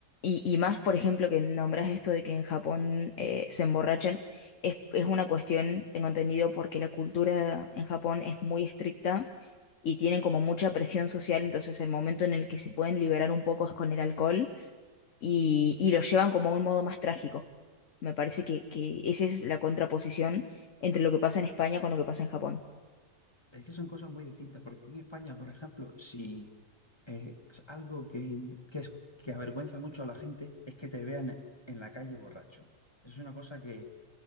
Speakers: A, on the left; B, on the left.
A: Y, y más, por ejemplo, que nombras esto de que en Japón eh, se emborrachan, es, es una cuestión, tengo entendido, porque la cultura en Japón es muy estricta y tienen como mucha presión social, entonces el momento en el que se pueden liberar un poco es con el alcohol y, y lo llevan como a un modo más trágico. Me parece que, que esa es la contraposición entre lo que pasa en España con lo que pasa en Japón.
B: Es que son cosas muy distintas, porque aquí en España, por ejemplo, si eh, es algo que, que, es, que avergüenza mucho a la gente es que te vean en la calle borracho. Es una cosa que,